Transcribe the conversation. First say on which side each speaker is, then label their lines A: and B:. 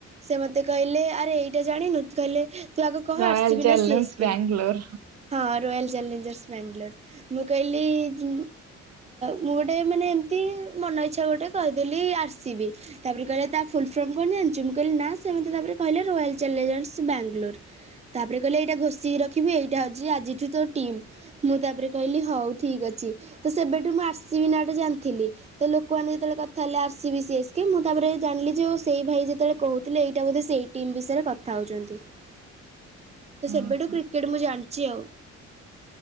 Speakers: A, on the right; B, on the right.
A: ସେ ମତେ କହିଲେ ଆରେ ଏଇଟା ଜାଣିନୁ। କହିଲେ ତୁ ଆଗ କହ
B: ରୟାଲ
A: ଆର ସିବି
B: challenge
A: ନା C S K.
B: Bangalore.
A: ହଁ ରୟାଲ ଚ୍ୟାଲେଞ୍ଜର୍ସ। ବ୍ୟାଙ୍ଗଲୋର ମୁଁ କଇଲି ଅ ମୁଁ ଗୋଟେ ମାନେ ଏମତି ମନ ଇଚ୍ଛା ଗୋଟେ କହିଦେଲି ଆର ସି ବି। ତାପରେ କଇଲେ ତା ଫୁଲ୍ଫର୍ମ କଣ ଜାନଚୁ? ମୁଁ କହିଲି ନା ସେ ମତେ ତାପରେ କହିଲେ ରୟାଲ ଚ୍ୟାଲେଞ୍ଜର୍ସ। ସେ ବ୍ୟାଙ୍ଗଲୋର ତାପରେ କହିଲେ ଏଇଟା ଘୋଷିକି ରଖିବି ଏଇଟା ହୋଉଛି ଆଜିଠୁ ତୋ ଟିମ୍। ମୁଁ ତାପରେ କଇଲି ହଉ ଠିକ୍ ଅ ଚି ତ ସେବେଠୁ ମୁଁ ଆର ସି ବି ନାଁଟା ଜାନଥିଲି। ତ ଲୋକମାନେ ଯେତେବେଳେ କଥା ହେଲେ R C B C S K ମୁଁ ତା ପରେ ଜାଣିଲି ଯେ ସେଇ ଭାଇ ଯେତେବେଳେ କହୁଥିଲେ ଏଇଟା ବୋଧ ସେଇ ଟିମ୍ ବିଷୟରେ କଥା ହୋଉଛନ୍ତି। ତ ସେବେଠୁ
B: ଓହୋ
A: କ୍ରିକେଟ ମୁଁ ଜାନଚି ଆଉ।